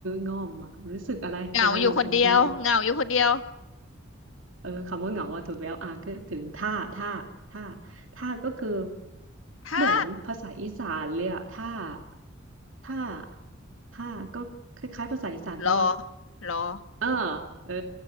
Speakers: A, on the right (about 75°); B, on the left (about 80°).
A: ง่อมอะรู้สึกอะไรเวลาอยู่คนเดียว
B: เหงาอยู่คนเดียวเหงาอยู่คนเดียว
A: เออคำว่าเหงาอะถูกแล้วอ่ะคิดถึงท่าท่าท่าท่าก็คือ
B: ถ้า
A: เหมือนภาษาอีสานเลยอะท่าท่าท่าก็คล้ายๆภาษาอีสานปะวะ
B: รอรอ
A: เออเออ